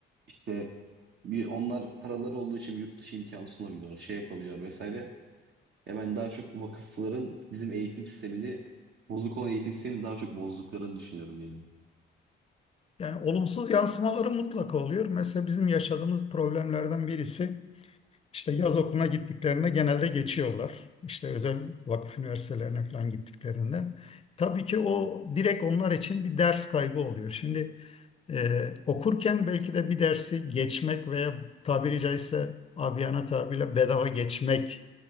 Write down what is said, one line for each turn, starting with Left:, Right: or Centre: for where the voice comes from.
Right: İşte bir onlar paraları olduğu için yurt dışı imkanı sunabiliyorlar, şey yapabiliyor vesaire. Hemen daha çok bu vakıfların bizim eğitim sistemini, bozuk olan eğitim sistemini daha çok bozduklarını düşünüyorum yani.
Left: Yani olumsuz yansımaları mutlaka oluyor. Mesela bizim yaşadığımız problemlerden birisi işte yaz okuluna gittiklerinde genelde geçiyorlar. İşte özel vakıf üniversitelerine falan gittiklerinde. Tabii ki o direkt onlar için bir ders kaybı oluyor. Şimdi e, okurken belki de bir dersi geçmek veya tabiri caizse abiyana tabirle bedava geçmek